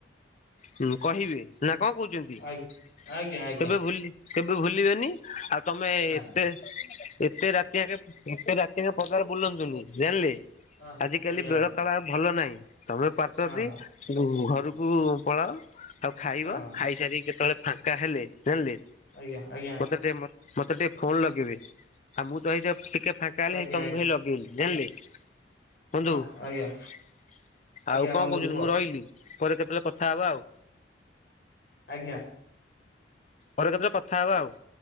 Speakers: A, on the left; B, on the left.
A: ଟିକେ କହିବେ ନା କଣ କହୁଛନ୍ତି? ଚିନ୍ତି।
B: ଆଜ୍ଞା। ଆଜ୍ଞା ଆଜ୍ଞା
A: କେବେ ଭୁଲି କେବେ ଭୁଲିବେନି! ଆଉ ତମେ
B: ନାଇଁ
A: ଏତେ
B: ନାଇଁ
A: ଏତେ ରାତି ଆଗେ ଏତେ ରାତିରେ ବଜାର ବୁଲନ୍ତୁନି ଜାଣିଲେ।
B: ହଁ
A: ଆଜି କାଲି
B: ଆଜ୍ଞା
A: ବେଳ
B: ଆଜ୍ଞା
A: କାଳ ଆଉ ଭଲ ନାହିଁ। ତମେ ପାରୁଛ
B: ହଁ
A: ଯଦି
B: ହଁ
A: ଘରକୁ ପଳାଅ। ଆଉ ଖାଇବ,
B: ହଁ
A: ଖାଇସାରିକି କେତେବେଳେ ଫାଙ୍କା ହେଲେ ହେଲି।
B: ଆଜ୍ଞା ଆଜ୍ଞା।
A: ମୋତେ ଟିକେ ମତେ ଟିକେ ଫୋନ୍ ଲଗେଇବେ? ଆଉ, ମୁଁ ତ ହେଇ ତ, ଟିକେ ଫାଙ୍କା ହେଲେ
B: ଆଜ୍ଞା
A: ହେଇ ତମକୁ
B: ଆଜ୍ଞା
A: ହେଇ ଲଗେଇଲି। ଜାଣିଲେ! ବନ୍ଧୁ,
B: ହଁ ଆଜ୍ଞା
A: ଆଉ
B: ଆଜ୍ଞା
A: କଣ
B: ବନ୍ଧୁ
A: କହୁଛନି?
B: କୁହ
A: ମୁଁ ରହିଲି ପରେ କେତେଳେ କଥା ହବା ଆଉ।
B: ଆଜ୍ଞା।
A: ପରେ କେତେରେ କଥା ହବ ଆଉ।